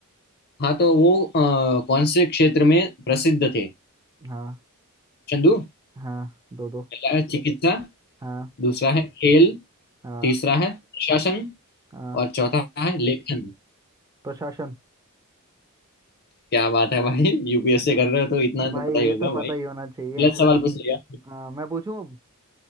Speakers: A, on the left (about 45°); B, on the right (about 15°).
A: हाँ तो वो अ, कौन से क्षेत्र में प्रसिद्ध थे
B: हाँ
A: चंदू
B: हाँ दो दो
A: पहला है चिकित्सा
B: हाँ
A: दूसरा है खेल
B: हाँ
A: तीसरा है प्रशासन
B: हाँ
A: और चौथा है लेखन
B: प्रशासन
A: क्या बात है भाई यूपीएससी
B: भ-
A: कर रहे हो तो इतना
B: भाई
A: तो पता ही
B: ये
A: होगा
B: तो पता
A: भाई
B: ही होना चाहिए
A: गलत सवाल पूछ लिया
B: हाँ, मैं पूछूं अब?